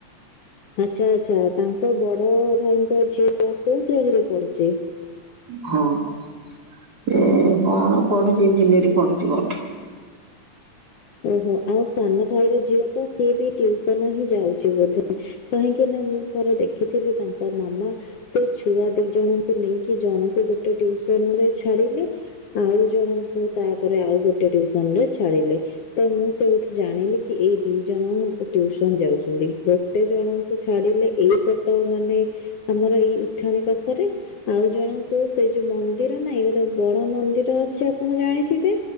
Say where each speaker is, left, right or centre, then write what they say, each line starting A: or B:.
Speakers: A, on the left; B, on the right.
A: ଆଚ୍ଛା ଆଚ୍ଛା ତାଙ୍କ ବଡ ଭାଇଙ୍କ ଝିଅ କୋଉ କୋଉ ଶ୍ରେଣୀରେ ପଢୁଛି?
B: ହଁ ସେ କଣ ପଢୁଛି ଇଞ୍ଜିନିୟରିଂ ପଢୁଛି କଉଠି।
A: ଓହୋ ଆଉ ସାନ ଭାଇର ଝିଅ ତ ସିଏ ବି ଟିଉସନ ହିଁ ଯାଉଛି ବୋଧେ। କାହିଁକି ନା ମୁଁ ଥରେ ଦେଖିଥିଲି ତାଙ୍କ ମାମା ସେ ଛୁଆ ଦି ଜଣଙ୍କୁ ନେଇକି ଜଣଙ୍କୁ ଗୋଟେ ଟିଉସନ ରେ ଛାଡିଲେ ଆଉ ଜଣଙ୍କୁ ତାପରେ ଆଉ ଗୋଟେ ଟୁଉସନ ରେ ଛାଡିଲେ ତ ମୁଁ ସେଉଠୁ ଜାଣିଲି କି ଏଇ ଦି ଜଣ ଟଉସନ ଯାଉଛନ୍ତି ଗୋଟେ ଜଣଙ୍କୁ ଛାଡିଲେ ଏଇପଟ ମାନେ ଆମର ଏଇ ଉଠାଣି ପାଖରେ। ଆଉ ଜଣଙ୍କୁ ସେଇ ଯୋଉ ମନ୍ଦିର ନାଇଁ ଗୋଟେ ବଡ ମନ୍ଦିର ଅଛି ଆପଣ ଜାଣିଥିବେ